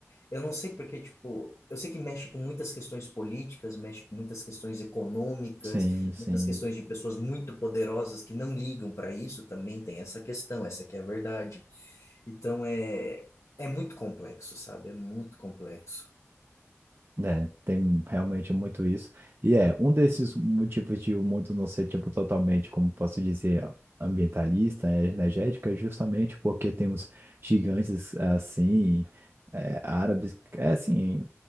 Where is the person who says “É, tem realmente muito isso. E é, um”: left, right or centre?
Right